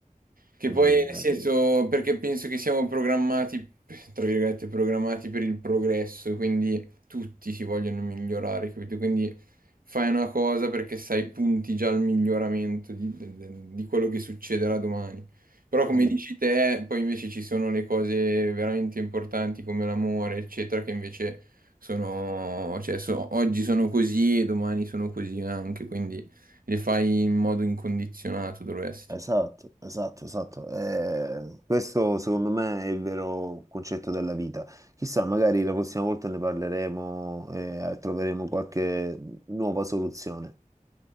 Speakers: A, on the right (about 85°); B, on the right (about 25°).
A: Che
B: Mm,
A: poi, nel
B: eh.
A: senso, perché penso che siamo programmati, tra virgolette, programmati per il progresso, e quindi tutti si vogliono migliorare, capito? Quindi fai una cosa perché sai, punti già al miglioramento di, de- de- di quello che succederà domani. Però come
B: Mm.
A: dici te, poi invece ci sono le cose veramente importanti come l'amore, eccetera, che invece sono, cioè, so- oggi sono così e domani sono così anche, quindi le fai in modo incondizionato, dovresti.
B: Esatto, esatto, esatto. Eh, questo secondo me è il vero concetto della vita. Chissà, magari la prossima volta ne parleremo e eh, troveremo qualche nuova soluzione.